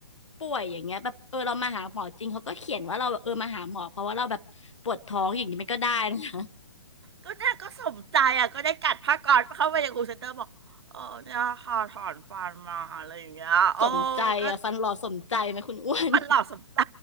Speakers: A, on the left (about 85°); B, on the right (about 60°).
A: ป่วยอย่างเงี้ยแบบเออเรามาหาหมอจริงเขาก็เขียนว่าเราแบบเออมาหาหมอเพราะว่าเราแบบปวดท้องอย่างนี้มันก็ได้นะ
B: ก็เนี่ยก็สมใจอ่ะก็ได้กัดผ้าก๊อซเข้าไปในครูเซ็นเตอร์บอกเออเนี่ยค่ะถอนฟันมาอะไรอย่างเงี้ยโอ้
A: สมใจอ่ะฟันหล่อสมใจไหมคุณอ้วน
B: ก็มันหลอกสมใจ